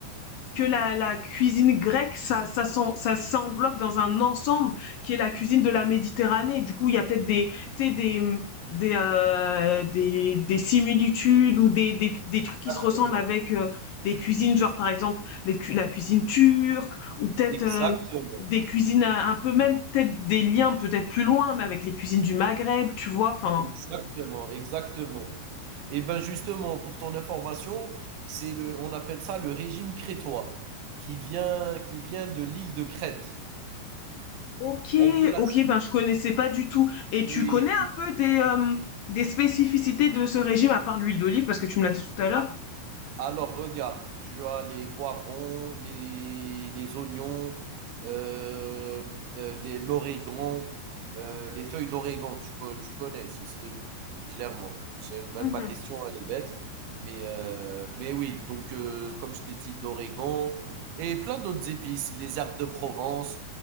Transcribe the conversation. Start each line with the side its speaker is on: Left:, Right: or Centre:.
Left: que la, la cuisine grecque, ça, ça, ça s'englobe dans un ensemble qui est la cuisine de la Méditerranée. Du coup, il y a peut-être des, tu sais, des, des, euh, des, des similitudes ou des, des, des trucs qui
Right: Exactement.
Left: se ressemblent avec euh, des cuisines, genre par exemple les la cuisine turque ou peut-être
Right: Exactement.
Left: euh, des cuisines euh, un peu même peut-être des liens peut-être plus loin, mais avec les cuisines du Maghreb, tu vois. Enfin,
Right: Exactement, exactement. Et ben justement, pour ton information, c'est le, on appelle ça le régime crétois, qui vient, qui vient de l'île de Crète.
Left: OK,
Right: On peut la
Left: OK,
Right: citer.
Left: ben je connaissais pas du tout. Et tu
Right: Oui,
Left: connais un
Right: oui.
Left: peu des, euh, des spécificités de ce régime à part l'huile d'olive parce que tu me l'as dit tout à l'heure?
Right: Alors regarde, tu as les poivrons, les, les oignons, euh, euh, les- l'origan, euh, les feuilles d'origan, tu, co- tu connais, c'est- c'est- clairement. C'est, même
Left: Mhm.
Right: ma question, elle est bête. Mais, euh, mais oui, donc euh, comme je t'ai dit, de l'origan et plein d'autres épices, les herbes de Provence,